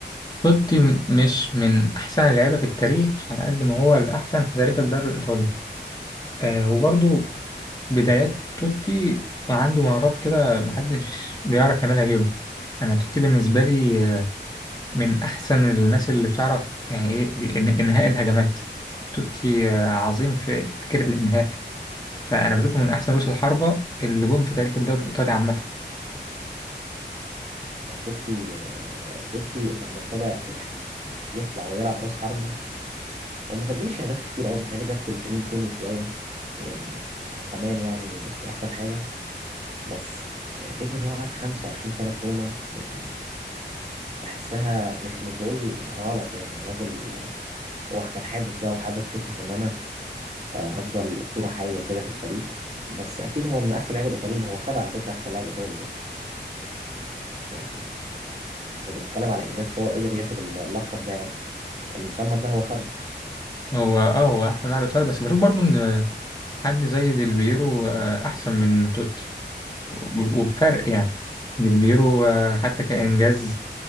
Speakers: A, on the left; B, on the right.
A: توتي م- مش من أحسن اللعيبة في التاريخ على قد ما هو الأحسن في تاريخ الدوري الإيطالي آه وبرضه بدايات توتي وعنده مهارات كده محدش بيعرف يعملها غيره أنا توتي بالنسبة لي آه، من أحسن الناس اللي بتعرف يعني إيه إن- إنهاء الهجمات توتي آه، عظيم في فكرة الإنهاء فأنا بشوفه من أحسن رؤوس الحربة اللي جم في تاريخ الدوري الإيطالي عامة
B: وتوتي توتي لما ابتدى يعني يطلع ويلعب راس حربة هو ما سجلش اهداف كتير قوي متهيألي جاب 300 جون وشويه يعني رقميا يعني مش احسن حاجه بس فكرة إن هو قعد 25 سنة في روما يعني بحسها مش مش بقول غلط يعني الراجل هو كان حابب ده وحابب فكرة إن أنا آه، افضل اسطوره حيه كده في الفريق بس اكيد هو من احسن لعيبه الايطاليين هو خد على فكره احسن لاعب ايطالي برضه يعني هو بنتكلم على انجاز فهو قدر ياخد اللقب ده يعني المسمى ده هو خده
A: هو اه هو احسن لاعب ايطالي بس بشوف برضو ان حد زي ديل بيرو آه، احسن من توتي وب- وبفرق يعني ديل بيرو آه، حتى كانجاز